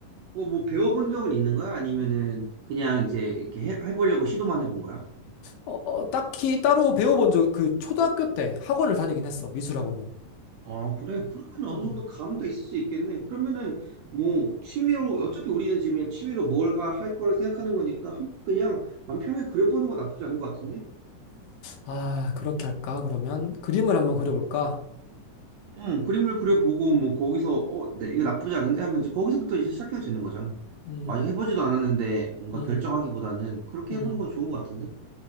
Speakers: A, on the right; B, on the left.
A: 그거 뭐 배워본 적은 있는 거야? 아니면은 그냥 이제 이렇게 해, 해보려고 시도만 해본 거야?
B: 어, 어, 딱히 따로 배워본 적 그 초등학교 때 학원을 다니긴 했어 미술 학원을.
A: 아, 그래. 그러면 어느
B: 음.
A: 정도 감도 있을 수 있겠네. 그러면은 뭐 취미로 어차피 우리는 지금 그냥 취미로 뭘 할 거를 생각하는 거니까 한번 그냥 맘 편하게 그려보는 거 나쁘지 않은 것 같은데?
B: 아 그렇게 할까? 그러면 그림을 한번 그려볼까?
A: 응, 그림을 그려보고
B: 음,
A: 뭐 거기서 어, 네, 이거 나쁘지 않은데 하면 이제 거기서부터 이제 시작해도 되는 거잖아.
B: 음,
A: 아직 해보지도 않았는데 뭔가
B: 음.
A: 결정하기보다는 그렇게
B: 음.
A: 해보는 거 좋은 것 같은데?